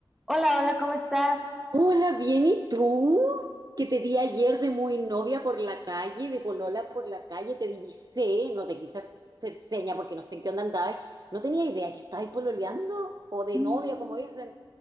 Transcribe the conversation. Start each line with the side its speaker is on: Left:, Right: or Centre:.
Centre: Hola, hola, ¿cómo estás?
Right: Hola, bien, ¿y tú? Que te vi ayer de muy novia por la calle, de polola por la calle, te divisé, no te quise hacer seña porque no sé en qué onda andabas. No tenía idea que estabas pololeando o
Centre: Sí.
Right: de novia, como dicen.